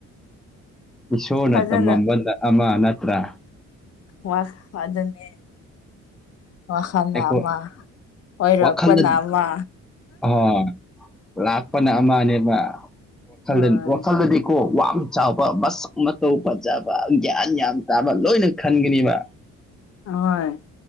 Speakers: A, in the centre; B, on the left (about 55°).
A: ꯏꯁꯣꯔꯅ
B: ꯐꯖꯅ
A: ꯇꯝꯃꯝꯕ ꯑꯃ ꯅꯠꯇ꯭ꯔꯥ
B: ꯋꯥ ꯑꯗꯨꯗꯟꯅꯦ ꯋꯥꯈꯜꯅ
A: ꯑꯩꯈꯣ
B: ꯑꯃ ꯑꯣꯏꯔꯛꯄꯅ
A: ꯋꯥꯈꯜꯗ
B: ꯑꯃ
A: ꯑꯍꯣꯏ ꯂꯥꯛꯄꯅ ꯑꯃꯅꯦꯕ ꯋꯥꯈꯜ
B: ꯍꯣꯏ
A: ꯋꯥꯈꯜꯗꯗꯤꯀꯣ ꯌꯥꯝ ꯆꯥꯎꯕ ꯃꯁꯛ ꯃꯇꯧ ꯐꯖꯕ ꯒ꯭ꯌꯥꯟ ꯌꯥꯝ ꯇꯥꯕ ꯂꯣꯏꯅ ꯈꯟꯒꯅꯤꯕ
B: ꯍ